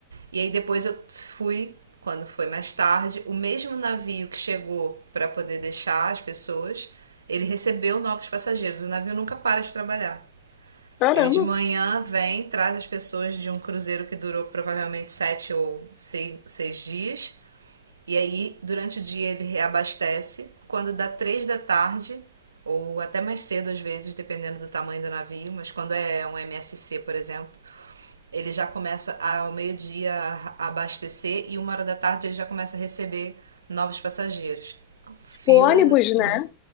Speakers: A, on the right; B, on the left.
A: E aí depois eu fui, quando foi mais tarde, o mesmo navio que chegou para poder deixar as pessoas, ele recebeu novos passageiros. O navio nunca para de trabalhar.
B: Caramba.
A: Ele de manhã vem, traz as pessoas de um cruzeiro que durou provavelmente sete ou sei- seis dias. E aí, durante o dia, ele reabastece. Quando dá três da tarde, ou até mais cedo às vezes, dependendo do tamanho do navio, mas quando é um MSC, por exemplo, ele já começa ao meio-dia a abastecer e uma hora da tarde ele já começa a receber novos passageiros.
B: Tipo
A: Filas
B: ônibus,
A: assim
B: né?